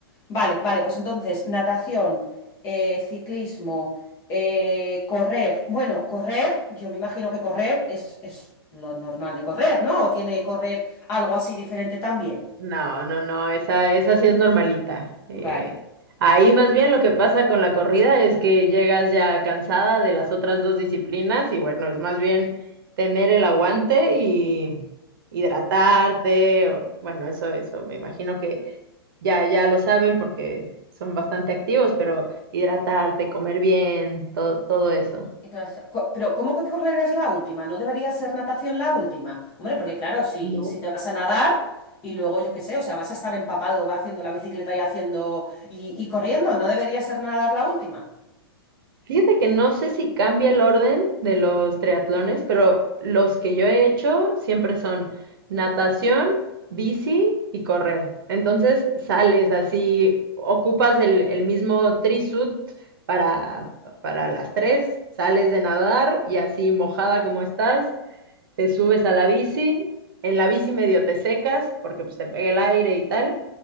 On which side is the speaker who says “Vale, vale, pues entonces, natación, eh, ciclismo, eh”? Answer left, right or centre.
Left